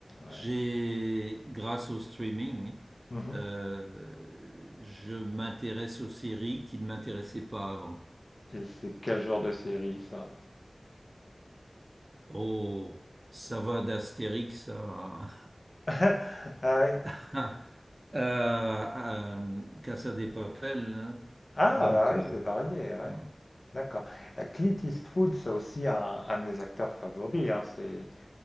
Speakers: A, on the left (about 60°); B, on the right (about 40°).
A: ouais.
B: j'ai, grâce au streaming,
A: Mhm.
B: euh, je m'intéresse aux séries qui ne m'intéressaient pas avant.
A: Et c'est quel genre de série ça?
B: Oh, ça va d'Astérix à,
A: <laughs> Ah oui,
B: <laughs> à, à Casa de Papel, hein.
A: ah,
B: Donc,
A: ah
B: euh,
A: oui, c'est varié, ouais,
B: ouais.
A: D'accord. Heu, Clint Eastwood, c'est aussi un un de mes acteurs favoris, hein. C'est